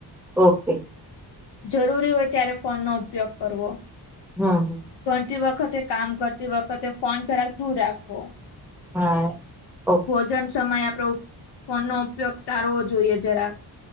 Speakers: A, in the centre; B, on the left (about 75°).
A: ઓકે.
B: જરૂરી હોય ત્યારે ફોન નો ઉપયોગ કરવો.
A: હા.
B: કરતી વખતે કામ કરતી વખતે ફોન જરાક દૂર રાખો.
A: હા. ઓકે
B: ભોજન સમયે આપડો ફોન નો ઉપયોગ ટાળવો જોઈએ જરાક.